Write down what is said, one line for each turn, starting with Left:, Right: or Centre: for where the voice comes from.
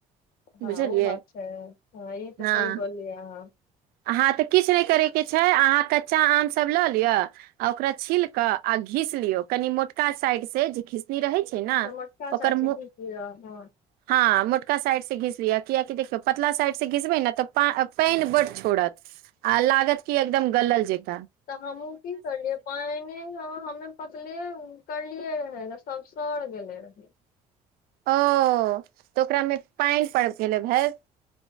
Left: हँ
Right: बुझलियै
Left: ओ बात छै हँ ई तऽ
Right: हँ
Left: सही बोललियै अहाँ
Right: अहाँ तऽ किछु नहि करयके छै अहाँ कच्चा आमसभ लऽ लिअ आ ओकरा छील के आ घीस लियो कनि मोटका साइड से जे घीस रहै छै न
Left: अच्छा मोटका
Right: ओकर
Left: चाय से
Right: मो
Left: की किय हँ
Right: हाँ मोटका साइड से घिसलिय कियााकि देखियो पतला साइड से घिसबे न त पा पानि बड छ छोरत आ लागत कि एकदम गलल जेका
Left: तऽ हमहुँ की करलियै पाइने हमे पतले करलियै रहे सब सड़ गेले रहै
Right: ओ तऽ ओकरामे पानि पड़ गेलै भैत